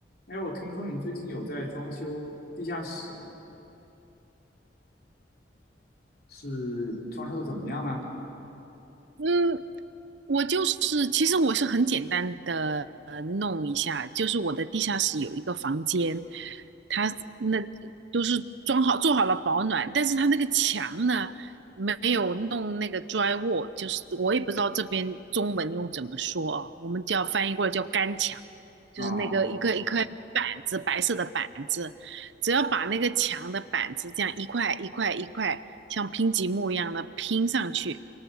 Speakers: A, on the left; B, on the right.
A: 哎，我听说你最近有在装修地下室哦，是装修的怎么样呢？
B: 嗯，我就是，其实我是很简单的呃弄一下，就是我的地下室有一个房间，它那都是装好做好了保暖，但是它那个墙呢没有弄那个 drywall，就是我也不知道这边中文用怎么说啊，我们叫翻译过来叫干墙，就是那个一个一块板子，
A: 啊、
B: 白色的板子，只要把那个墙的板子这样一块一块一块像拼积木一样的拼上去。